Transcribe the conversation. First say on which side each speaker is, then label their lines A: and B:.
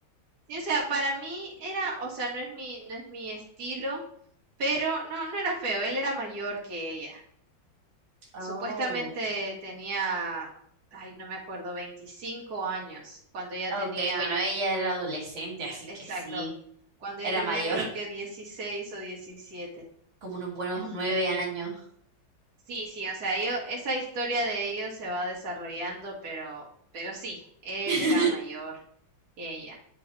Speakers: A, on the right; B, on the right.
A: Sí, o sea, para mí era, o sea, no es mi, no es mi estilo, pero no, no era feo, él era mayor que ella.
B: Oh.
A: Supuestamente tenía, ay, no me acuerdo, 25 años, cuando ella
B: Ok,
A: tenía,
B: bueno, ella era adolescente, así
A: exacto,
B: que sí,
A: cuando
B: era
A: ella tenía
B: mayor,
A: creo
B: <laughs>
A: que 16 o 17.
B: como unos buenos
A: Entonces,
B: nueve años.
A: sí, sí, o sea, ello- esa historia de ellos se va desarrollando, pero, pero sí, él
B: <laughs>
A: era mayor que ella.